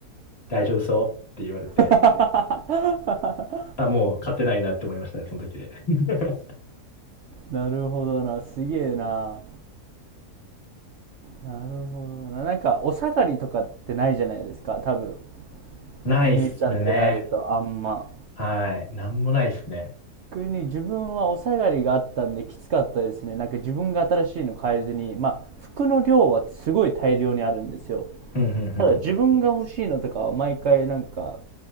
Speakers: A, on the left; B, on the right.
A: 大丈夫そうって言われて、
B: <laughs>
A: あ、もう勝てないなって思いましたね、その時で。<laughs>
B: なるほどな。すげえな。なるほどな。なんか、お下がりとかってないじゃないですか、多分。
A: ないっすね。
B: お姉ちゃんってなると、あんま。
A: はい。なんもないっすね。
B: 逆に自分はお下がりがあったんできつかったですね。なんか自分が新しいの買えずに、まあ、服の量はすごい大量にあるんですよ。
A: うん、うん、うん。うん
B: ただ自分が欲しいのとかは毎回なんか、